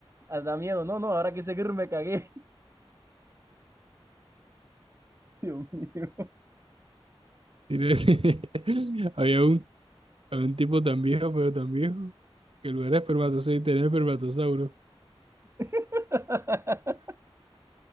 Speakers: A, on the right (about 30°); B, on the right (about 65°).
A: da miedo. No, no, ahora que hice grrr me cagué. <laughs> Dios mío.
B: Tiene- <laughs> Había un, había un tipo tan viejo, pero tan viejo, que en lugar de espermatozoide tenía espermatosauro.
A: <laughs>